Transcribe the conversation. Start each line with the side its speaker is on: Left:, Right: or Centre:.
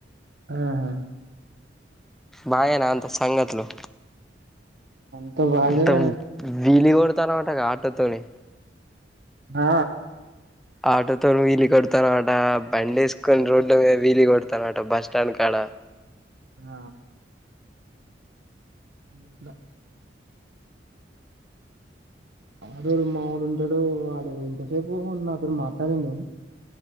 Right: ఆహా
Centre: బాగేనా అంతా సంగతులు
Right: ఆ బాగే
Centre: మత్త విలు కొడతనమాటగా ఆటోతోని
Right: ఆ
Centre: ఆటోతోను వీలు కొడతానమాట బండి వేసుకొని రోడ్ల మీద వీలు కొడానట బస్ స్టాండ్ కాడ
Right: ఆ <unintelligible> ఆడడు మాముడు ఉంటాడు ఆడ ఇంతసేపు నాతోడు మాట్లాడండే